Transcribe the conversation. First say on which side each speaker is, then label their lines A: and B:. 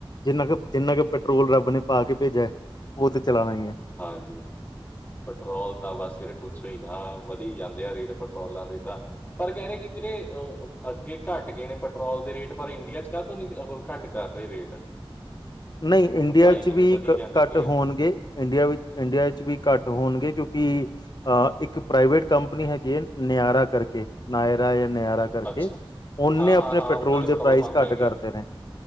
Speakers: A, on the left (about 50°); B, on the left (about 20°).
A: ਜਿੰਨਾ ਕਿ ਜਿੰਨਾ ਕਿ ਪੈਟਰੋਲ ਰੱਬ ਨੇ ਪਾ ਕੇ ਭੇਜਿਆ ਉਹ ਤੇ ਚਲਾਣਾ ਹੀ ਹੈ
B: ਹਾਂਜੀ। ਪੈਟਰੋਲ ਤਾਂ ਬਸ ਵੀਰੇ ਪੁੱਛੋ ਹੀ ਨਾ ਵਧੀ ਜਾਂਦੇ ਆ ਰੇਟ ਪੈਟਰੋਲਾਂ ਦੇ ਤਾਂ। ਪਰ ਕਹਿ ਰਹੇ ਕਿ ਵੀਰੇ ਅੱਗੇ ਘੱਟ ਗਏ ਨੇ ਪੈਟਰੋਲ ਦੇ ਰੇਟ ਪਰ ਇੰਡੀਆ ਚ ਕਾਹ ਤੋਂ ਨੀ ਘੱਟ। ਕਰ ਦਾ ਈ ਰੇਟ।
A: ਨਹੀਂ ਇੰਡੀਆ
B: ਮਹਿੰਗਾਈ
A: ਚ
B: ਜਿਵੇਂ
A: ਵੀ
B: ਵਧੀ
A: ਘੱਟ
B: ਜਾਂਦੀ ਪਈ ਆ
A: ਹੋਣਗੇ। ਇੰਡੀਆ ਵਿੱਚ ਇੰਡੀਆ ਵਿੱਚ ਵੀ ਘੱਟ ਹੋਣਗੇ ਕਿਉਂਕਿ। ਅ ਇੱਕ ਪ੍ਰਾਈਵੇਟ ਕੰਪਨੀ ਹੈਗੀ ਹੈ ਨਿਆਰਾ ਕਰਕੇ ਨਾਇਰਾ ਯਾਂ ਨਿਆਰਾ। ਕਰਕੇ
B: ਅੱਛਾ
A: ਓਨੇ
B: ਹਾਂ
A: ਆਪਣੇ
B: ਹਾਂ ਹਾਂ
A: ਪੈਟਰੋਲ
B: ਉਹਨਾਂ
A: ਦੇ ਪ੍ਰਾਈਸ
B: ਪੰਪ
A: ਘੱਟ
B: ਹੈਗੇ
A: ਕਰਤੇ
B: ਆ
A: ਨੇ।